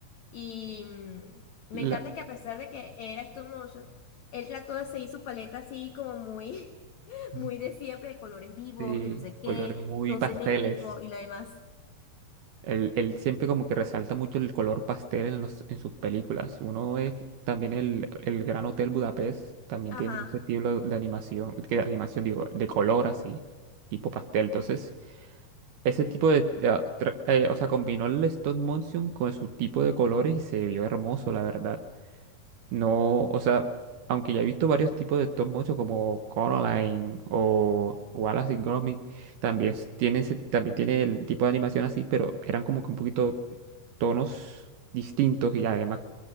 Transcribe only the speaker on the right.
la,
Ujú.
sí,
colores muy
pasteles.
Él, él siempre como que resalta mucho el color pastel en, los- en sus películas. Uno es también el, el Gran Hotel Budapest, también
tiene ese estilo de animación, que de animación digo, de color así, tipo pastel. Entonces, ese tipo de, de, ah, tra- eh, o sea, combinó el stop motion con su tipo de colores y se vio hermoso, la verdad. No, o sea, aunque ya he visto varios tipos de stop motion como Coraline o Wallace y Gromit, también s- tiene, ese- también tiene el tipo de animación así, pero eran como que un poquito tonos distintos y además